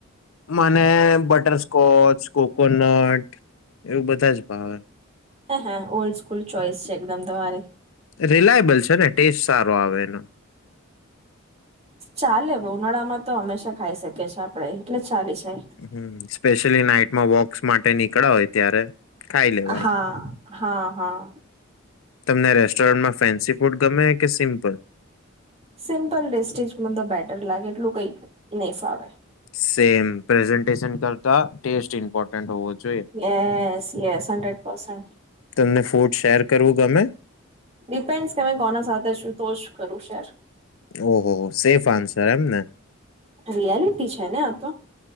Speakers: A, on the left (about 75°); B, on the right (about 30°).
A: મને બટરસ્કોચ કોકોનટ એવું બધા જ ભાવે.
B: હા, હા, ઓલ્ડ સ્કૂલ ચોઇસ છે એકદમ તમારી.
A: રિલાયબલ છે ને ટેસ્ટ સારો આવે એનો.
B: ચાલે બહુ ઉનાળામાં તો હંમેશા ખાઈ શકીએ છીએ આપડે એટલે ચાલી જાય
A: હમ્મ, સ્પેશલી નાઈટમાં વોક માટે નીકળ્યા હોય ત્યારે ખાઈ લેવાય.
B: હા, હા, હા, હા.
A: તમને રેસ્ટોરન્ટમાં ફેન્સી ફૂડ ગમે કે સિમ્પલ?
B: સિમ્પલ ડેસ્ટેજ મન તો બેટર લાગે એટલું કઈ નહી ફાવે.
A: સેમ પ્રેઝન્ટેશન કર તા ટેસ્ટ ઇમ્પોર્ટન્ટ હોવો જોઈએ
B: યેસ, યેસ, હંડ્રેડ પર્સન.
A: તમને ફૂડ શેર કરવું ગમે?
B: ડિપેન્ડસ કે મેં કોના સાથે છું, તો જ કરું શેર.
A: ઓ-હો-હો, સેફ આન્સર એમ ને.
B: રિયાલિટી છે ને આ તો